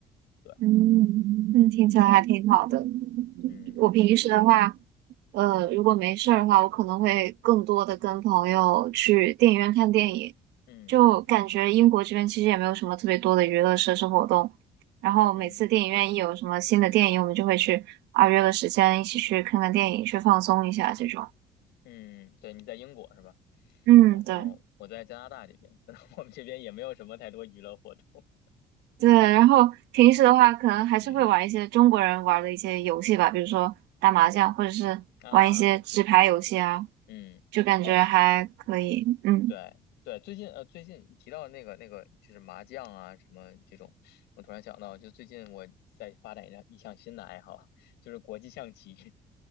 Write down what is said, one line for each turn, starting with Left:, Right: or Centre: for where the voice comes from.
Left: 对，
Right: 嗯，
Left: 嗯
Right: 那听起来还挺好的。
Left: 嗯
Right: 我平时的话，呃，如果没事儿的话，我可能会更多的跟朋友去电影院看电影。
Left: 嗯
Right: 就感觉英国这边其实也没有什么特别多的娱乐设施活动，然后每次电影院一有什么新的电影，
Left: 嗯
Right: 我们就会去啊约个时间一起去看看电影，去放松一下这种。
Left: 嗯，对，你在英国是吧？
Right: 嗯，
Left: 哦，
Right: 对
Left: 哦，我在加拿大这边，<laughs> 我们这边也没有什么太多娱乐活动。
Right: 对。然后平时的话，可能还是会玩一些中国人玩的一些游戏吧，
Left: 嗯
Right: 比如说打麻将，
Left: 嗯
Right: 或者是玩一些纸牌游戏啊。
Left: 啊嗯哦
Right: 就感觉还可以。嗯，
Left: 对对，最近呃最近提到那个那个就是麻将啊什么这种，我突然想到，就最近我在发展一项一项新的爱好，就是国际象棋。